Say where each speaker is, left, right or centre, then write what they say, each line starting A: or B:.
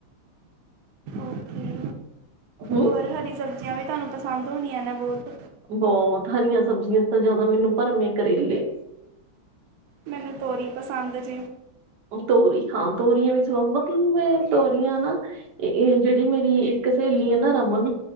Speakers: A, on the right (about 80°); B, on the right (about 60°).
A: ਓਕੇ
B: ਹੂੰ <inaudible>
A: ਹੋਰ ਹਰੀ ਸਬਜ਼ੀਆਂ ਵੀ ਤਾਨੂੰ ਪਸੰਦ ਹੋਣੀਆਂ ਨੇ ਬੋਤ
B: ਬੋਤ ਹਰੀਆਂ ਸਬਜ਼ੀਆਂ ਤਾਂ ਜਾਦਾ ਮੈਨੂੰ ਭਰਮੇ ਕਰੇਲੇ।
A: ਮੈਨੂੰ ਤੋਰੀ ਪਸੰਦ ਜੇ।
B: ਤੋਰੀ ਹਾਂ ਤੋਰੀਆਂ ਵੀ ਸਵਾ ਵਕਨ ਮੈਂ ਤੋਰੀਆਂ ਨਾ ਏਹ ਜੇੜੀ ਮੇਰੀ ਇੱਕ ਸਹੇਲੀ ਆ ਨਾ ਰਮਨ